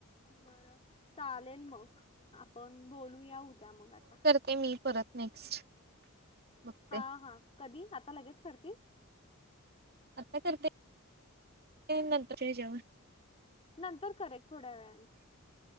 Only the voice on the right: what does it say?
ते मी परत नेक्स्ट. बघते
आता करते नंतर <unintelligible> हेच्याेव